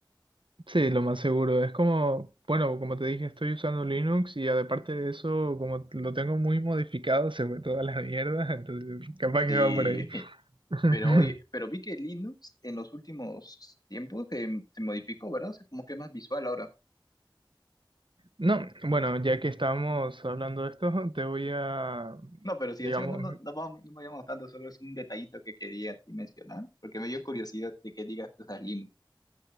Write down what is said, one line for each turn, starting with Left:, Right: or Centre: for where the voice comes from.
Right: sí, lo más seguro. Es como, bueno, como te dije, estoy usando Linux y aparte de eso, como lo tengo muy modificado, se fue toda la mierda, <laughs> entonces capaz
Left: Sí,
Right: que va por ahí.
Left: <laughs>
Right: <laughs>
Left: pero oye, pero vi que Linux en los últimos tiempos que se modificó, ¿verdad? O sea, como que es más visual ahora.
Right: No, bueno, ya que estamos hablando de esto, <laughs> te voy a,
Left: No, pero si
Right: digamos,
Left: así no, no, no, vamos, no me llamo tanto, solo es un detallito que quería así mencionar, porque me dio curiosidad de que digas que usas Linux.